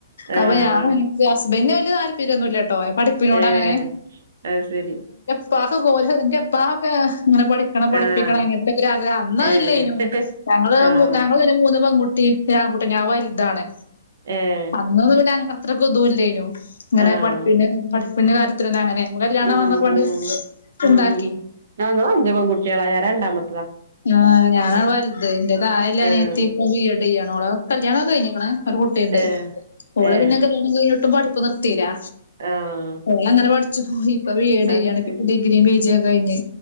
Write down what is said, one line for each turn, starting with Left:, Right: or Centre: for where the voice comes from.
Right: ആഹ്
Left: അപ്പൊ ഞാൻ ഇൻക്ക് ഹസ്ബന്റ്ന് വല്ല്യ താല്പര്യന്നുല്ലട്ടോ പഠിപ്പിനോട്
Right: ഏഹ്
Left: അങ്ങനെ
Right: അത് സെരി
Left: ഇപ്പാക്കൊക്കെ ഓല് ഇന്റെ ഇപ്പാക്കോക്കെ ഇങ്ങനെ പഠിക്കണം പഠിപ്പിക്കണം
Right: ആഹ്
Left: അങ്ങനത്തെക്കോര് ആഗ്രഹം അന്ന് അത്
Right: ഏഹ്
Left: ഇല്ലേനു ഞങ്ങള്
Right: ആഹ്
Left: മു ഞങ്ങളോര് മൂന്ന് പെൺകുട്ടിം ഒര് ആൺകുട്ടിം ഞാൻ വല്താണ്
Right: ഏഹ്
Left: അന്നൊന്നും പിന്നെ അത്രക്കുതുല്ലേനു ഇങ്ങനെ
Right: ആഹ്
Left: പഠ്പ്പിന് പഠ് പഠിപ്പിന്റെ കര്യത്തിനൊന്നും അങ്ങനെ കല്യാണം
Right: ഉം
Left: വന്നപ്പാണ്ട്
Right: ഉം ഉം
Left: ഇണ്ടാക്കി
Right: ഞങ്ങള് അഞ്ച് പെൺകുട്ട്യേളാ ഞാൻ രണ്ടാമത്തതാ
Left: ആഹ് ഞാനാ വല്ത് ഇന്റെ താഴെല്ലേ അനിയത്തിപ്പോ
Right: ഏഹ്
Left: ബി എഡ്യ്യാണ് ഓളെ കല്യാണോക്കെ കഴിഞ്ഞിക്ക്ണ് ഒര് കു ട്ട്ണ്ട്
Right: ഏഹ്
Left: ഓള്
Right: ഏഹ്
Left: പിന്നെ കല്യാണം കഴിഞ്ഞിട്ടും പഠിപ്പ് നിർത്തീലാ
Right: ആഹ്
Left: ഓളങ്ങനെ പഠിച്ചു പോയി ഇപ്പ ബിഎഡ്യ്യാണ്
Right: അത് ശരി
Left: ഡിഗ്രിം പിജിയൊക്കെ കഴിഞ്ഞ്